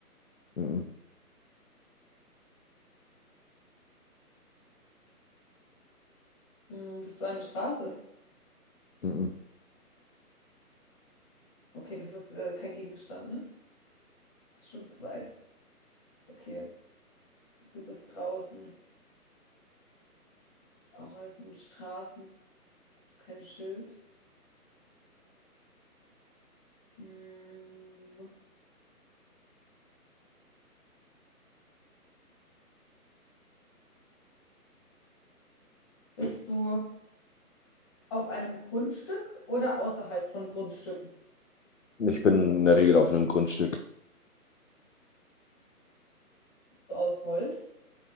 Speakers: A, on the left (about 55°); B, on the left (about 20°).
A: Mhm.
B: Hm, bist du eine Straße?
A: Mhm.
B: Okay, das ist äh, kein Gegenstand, ne? Das ist schon zu weit. Okay, du bist draußen, auch an den Straßen. Du bist kein Schild. Hm, bist du Auf einem Grundstück oder außerhalb von Grundstücken?
A: Ich bin in der Regel auf einem Grundstück.
B: Bist du aus Holz?